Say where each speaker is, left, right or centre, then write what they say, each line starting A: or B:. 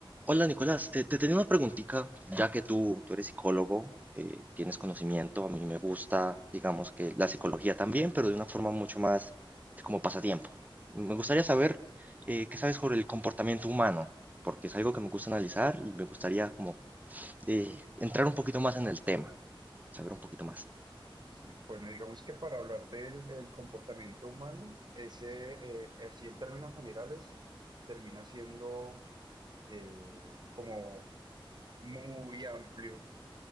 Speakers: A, on the right; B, on the right.
A: Hola Nicolás, Eh, te tenía una preguntita, ya que tú, tú eres psicólogo, eh, tienes conocimiento, a mí me gusta, digamos que la psicología también, pero de una forma mucho más de como pasatiempo. Me gustaría saber eh, qué sabes sobre el comportamiento humano, porque es algo que me gusta analizar y me gustaría como eh, entrar un poquito más en el tema, saber un poquito más.
B: Sí, bueno, digamos que para hablar del, del comportamiento humano, ese, eh, así en términos generales, termina siendo eh, como muy amplio.